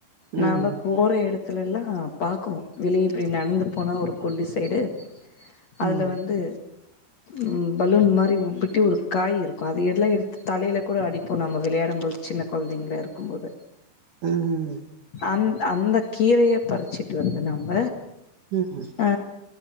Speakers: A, on the right (about 55°); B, on the left (about 50°).
A: ம்
B: நாம்ப போற எடத்துல எல்லா பாக்குவொ வெளியே இப்டி நடந்து போனா ஒரு கொல்லி சைடு அதுல
A: ம்
B: வந்து ம் பலூன் மாரி உப்பிட்டு ஒரு காய் இருக்கும் அது எல்லா எடுத்து தலையில கூட அடிப்போம் நம்ம வெளையாடும் போது சின்ன கொழந்தைங்களா இருக்கும் போது
A: உம்
B: அந் அந்த கீரைய பறிச்சிட்டு வந்து நம்ப
A: உம்
B: ஆ